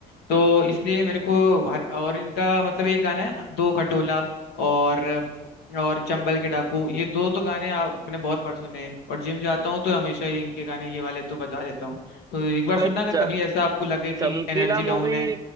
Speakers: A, on the left (about 75°); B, on the right (about 20°).
A: तो इसलिए मेरे को हर और इनका मतलब ये गाना है दो खटोला और और चंबल के डाकू ये दो तो गाने आप मैंने बहुत बार सुने हैं और जिम जाता हूँ तो हमेशा ये इनके गाने ये वाले तो बजा देता हूँ तो एक बार
B: तो
A: सुनना
B: भाई
A: अगर
B: च,
A: कभी ऐसा आपको लगे कि
B: चमकीला
A: एनर्जी डाउन
B: मूवी
A: है